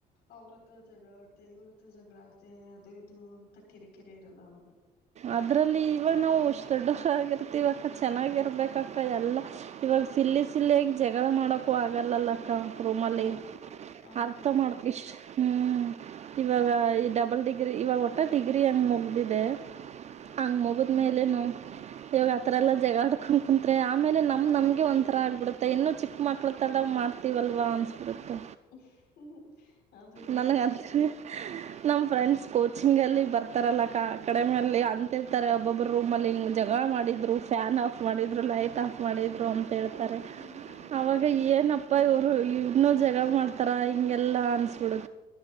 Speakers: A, on the left; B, on the right.
A: ಅವ್ರ ಹತ್ರ ಜಗಳಾಡ್ದೆ ಇವ್ರ ಹತ್ರ ಜಗಳಾಡ್ದೆ ಅದು ಇದು. ಕಿರಿ ಕಿರಿ ಇರಲ್ಲ ಅವಾಗ.
B: ಅದ್ರಲ್ಲಿ ಈವ ನಾವುಷ್ಟ ದೊಡ್ಡಗರ್ತಿವಕ್ಕ ಚೆನ್ನಾಗಿರ್ಬೇಕಕ್ಕ ಎಲ್ಲಾ ಇವಾಗ ಸಿಲ್ಲಿ ಸಿಲ್ಲಿಯಾಗಿ ಜಗಳ ಮಾಡಕು ಆಗಲ್ಲಲ್ಲಕ್ಕ. ರೂಮಲ್ಲಿ
A: ಹೌದು ಹೌದು
B: ಅರ್ಥ
A: ಹೌದು
B: ಮಾಡಕ ಇಷ್ಟು ಹ್ಮ್ ಇವಾಗ ಈ ಡಬಲ್ ಡಿಗ್ರಿ ಇವಾಗ ಒಟ್ಟ ಡಿಗ್ರಿ ಹಂಗ ಮುಗ್ದಿದೆ
A: ಹಾ
B: ಅಂಗಮಬದ
A: ಹಾ
B: ಮೇಲೆನು ಇವೋಗ ಯತ್ರಲ್ಲ ಜಗಡ್ತ ಕ ಕುತ್ೆ ಆಮೇಲೆ ನಮ್
A: ಹೌದು
B: ನಮಗೆ ಒಂಥರ ಆಗ್ಬಿಡೆ ಮ ಇನ್ನು ಚಿಕ್ಕ ಮಕ್ಳ ತಲ್ಲ ಮಾಡ್ತೀವಲ್ವಾ ಅನ್ಸ್ಬಿಡುತ್ತೆ
A: <inaudible>
B: ನನ್ಗ
A: ಅಪ್ಪಿ
B: ಅಂತ್ ರ್ರೀ ನಮ ಫ್ರೆಂಡ್ಸ್ ಕೂ ಚಿಂಗ್ ಅಲ್ಲಿ ಬರ್ತಾರಲ್ಲಕ್ಕ ಕಡಿಮಲ್ಲಿ ಅಂತಿರ್ತಾರೆ ಒಬ್ಬೊಬ್ರು ರೂಮಲ್ಲಿ ಹಿಂಗ್ ಜಗಳ ಮಾಡಿದ್ರು ಫ್ಯಾನ್ಆಫ್ ಆಫ್ ಮಾಡಿದ್ರು ಲೈಟ್ ಆಫ್ ಮಾಡಿದ್ರು ಅಂತ ಹೇಳ್ತಾರೆ
A: ಹೌದು ಹೌದು
B: ಅವಾಗ ಏನಪ್ ಅಪ್ಪ ಇವರು ಇನ್ನೊ ಜಗಳ ಮಾಡ್ತಾರ ಹಿಂಗೆಲ್ಲಾ ಅನ್ಸ್ಬಿಡು